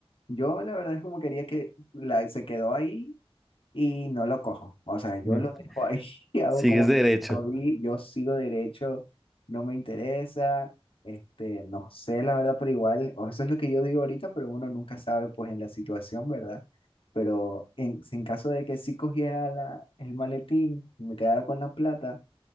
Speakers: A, on the left; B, in the centre.
A: Yo la verdad es como quería que la, se quedó ahí y no lo cojo. O sea, yo
B: mm,
A: lo dejo ahí <laughs> y hago
B: sigues
A: como
B: derecho.
A: no vi, yo sigo derecho, no me interesa, este, no sé la verdad, pero igual, o eso es lo que yo digo ahorita, pero uno nunca sabe pues en la situación, ¿verdad? Pero en, en caso de que sí cogiera la, el maletín y me quedara con la plata,